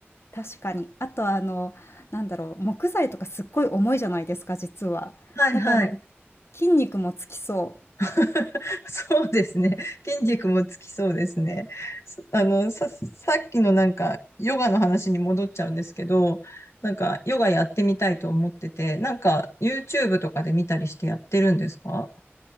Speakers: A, on the left; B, on the left.
A: 確かに。あとはあの、なんだろう、木材とかすっごい重いじゃないですか、実は。
B: はいはい。
A: だからなんか筋肉もつきそう。
B: <laughs> そうですね。筋肉もつきそうですね。そあの、さ、さっきのなんか、ヨガの話に戻っちゃうんですけど、なんか、ヨガやってみたいと思ってて、なんか、YouTube とかで見たりしてやってるんですか